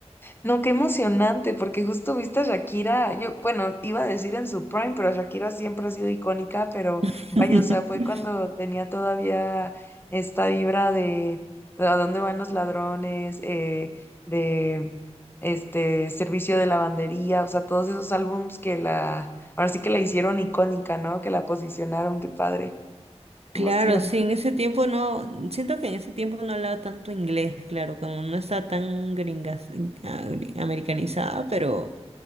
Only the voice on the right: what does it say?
<laughs>
Claro,
sí, en ese tiempo no, siento que en ese tiempo no hablaba tanto inglés, claro, como no estaba tan gringas, agri- americanizada, pero,